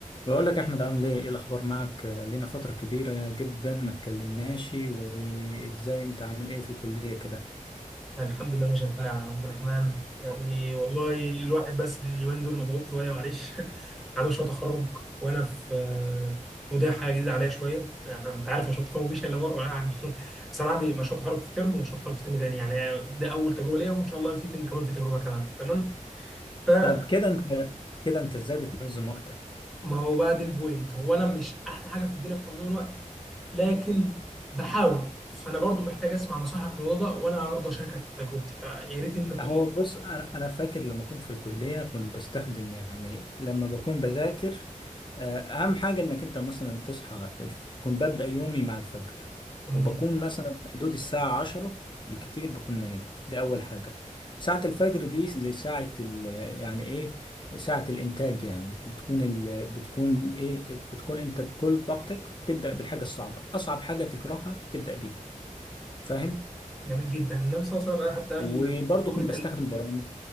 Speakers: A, on the left; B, in the centre.
A: بقول لك يا احمد عامل ايه ايه الاخبار معك آه، لينا فتره كبيره جدا ما اتكلمناش وازاي انت عامل ايه في الكليه كده
B: يعني الحمد لله ماشي يا عبد الرحمن يعني والله الواحد بس اليومين دول مضغوط شويه معلش <laughs> على مشروع تخرج وانا في آه، وده حاجه جديده عليا شويه يعني انت عارف مشروع التخرج مفيش الا مره يعني <laughs> بس انا عندي مشروع تخرج في ترم ومشروع تخرج في ترم تاني يعني ده اول تجربه ليا وان شاء الله في ترم كمان في تجربه كمان تمام فما
A: طب كده انت كده انت ازاي بتنظم وقتك
B: هو بقى دي البوينت هو انا مش احلى حاجه في الدنيا في تنظيم الوقت لكن بحاول فانا برضو محتاج اسمع نصائحك في الموضوع ده وانا هرضى اشاركك تجربتي فيا ريت انت تقول
A: هو
B: لي
A: بص انا أنا فاكر لما كنت في الكليه كنت بستخدم يعني لما بكون بذاكر آه، اهم حاجه انك انت مثلا تصحى الف... كنت ببدا يومي مع الفجر
B: جميل
A: وبكون
B: جدا
A: مثلا في حدود الساعه 10 بالكتير بكون نايم دي اول حاجه ساعه الفجر دي زي ساعه ال... يعني ايه ساعه الانتاج يعني بتكون ال... بتكون ايه بتكون انت بكل طاقتك وبتبدا بالحاجه الصعبه اصعب حاجه تكرهها تبدا بيها فاهم
B: جميل جدا النبي صلى الله عليه وسلم قال- حتى قال
A: وبرضه
B: بورك
A: كنت بستخدم
B: ال-
A: برامج